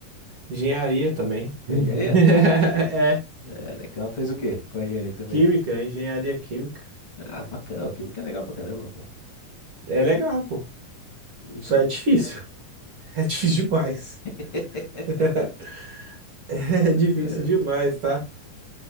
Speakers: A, on the right; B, on the left.
A: engenharia também. <laughs>
B: Fez engenharia?
A: É.
B: É, legal. Fez o quê? Qual engenharia que você fez?
A: Química, engenharia química.
B: Ah, bacana. Química é legal pra caramba, pô.
A: É legal, pô.
B: Química
A: Só
B: é
A: é
B: bacana.
A: difícil. <laughs> É difícil demais.
B: <laughs>
A: <laughs> É difícil
B: É,
A: demais, tá?